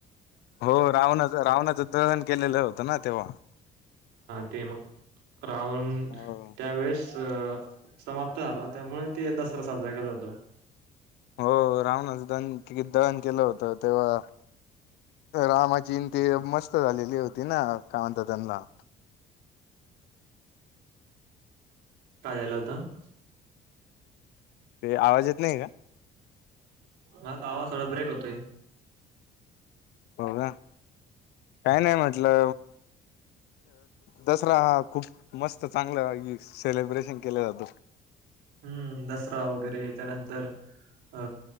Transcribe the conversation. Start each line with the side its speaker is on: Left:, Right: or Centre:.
Left: हो रावणाच रावणाच दहन केलेलं होतं ना तेव्हा?
Right: ते मग. राहून
Left: हो
Right: त्यावेेळेस अ समाप्त झाला त्यामुळे ते दसरा साजरा केला जातो.
Left: हो रावणाच दन दहन केलं होत तेव्हा रामाची ते मस्त झालेली होती ना काय म्हणतात त्यांना
Right: काय झालं होत.
Left: ते आवाज येत नाही का.
Right: म आवाज थोडा ब्रेक होतोय.
Left: हो का काही नाही म्हटलं दसरा हा खूप मस्त चांगला सेलब्रेशन केलं जातं.
Right: हम्म दसरा वगैरे त्यानंतर अ